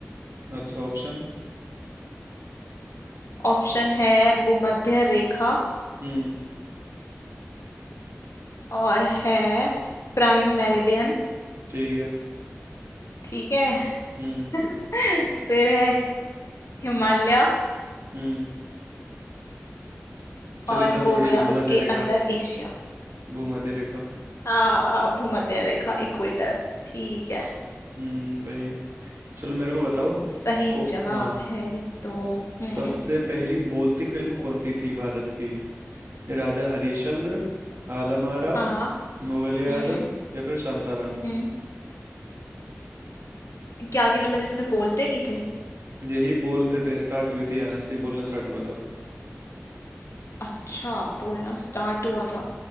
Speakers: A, on the right; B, on the left.
A: अच्छा ऑप्शन
B: ऑप्शन है भूमध्य रेखा
A: हम्म
B: और है प्राइम मेरिडियन
A: ठीक है
B: ठीक है
A: हम्म
B: <laughs> फिर है हिमालय
A: हम्म चलिए
B: और
A: सब
B: हो
A: छोड़िए
B: गया
A: भूमध्य
B: उसके
A: रेखा
B: अंदर एशिया
A: भूमध्य रेखा
B: आ भूमध्य रेखा इक्वेटर ठीक है
A: हम्म वही चलो मेरे को बताओ
B: सही
A: को
B: जवाब
A: हाँ
B: है ये तो
A: स-
B: हम्म
A: सबसे पहली बोलती फिल्म कौन सी थी भारत की राजा हरिश्चंद्र आलम आरा
B: हाँ
A: मुगले
B: हम्म
A: आजम या फिर शांताराम
B: हम्म क्या थी मतलब इसमें बोलते नहीं थे
A: यही बोलते थे स्टार्ट हुई थी यहाँ से ही बोलना स्टार्ट हुआ था
B: अच्छा बोलना स्टार्ट हुआ था